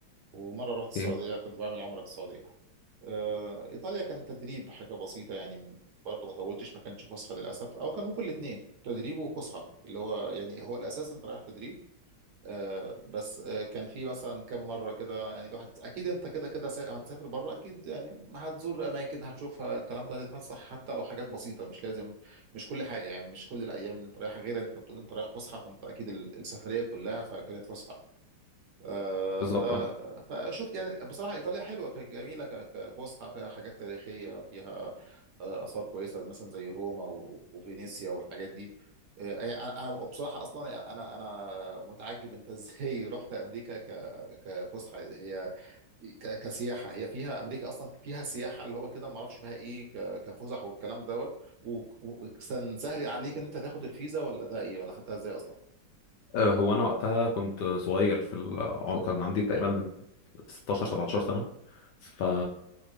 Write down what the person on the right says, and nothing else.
ومره رحت السعوديه
كنت بعمل عمره في السعوديه آه، ايطاليا كان تدريب حاجه بسيطه يعني برضه ما طولتش ما كانش فسحه للاسف او كان ممكن الاثنين تدريب وفسحه اللي هو يعني هو الاساس انت رايح تدريب آه، بس آه، كان في مثلا كم مره كده يعني الواحد اكيد انت كده كده سا- هتسافر بره اكيد يعني هتزور اماكن هتشوفها الكلام ده هتتفسح حتى لو حاجات بسيطه مش لازم مش كل حاجه يعني مش كل الايام انت رايح غير انت بتقول انت رايح فسحه فانت اكيد ال- السفريه كلها فكانت فسحه آه،
ف...
فشفت يعني بصراحة إيطاليا حلوة ك- جميلة ك- كفسحة فيها حاجات تاريخية فيها آه، آثار كويسة مثلا زي روما و- وفينيسيا والحاجات دي آه، يعني أنا أنا بصراحة أصلا يعني أنا أنا متعجب أنت إزاي <laughs> رحت أمريكا ك... كفسحة هي ك... كسياحة هي فيها أمريكا أصلا فيها سياحة اللي هو كده ما أعرفش فيها إيه ك... كفسح والكلام دوت و... و... وكان سهل عليك إن أنت تاخد الفيزا ولا ده إيه ولا خدتها إزاي أصلا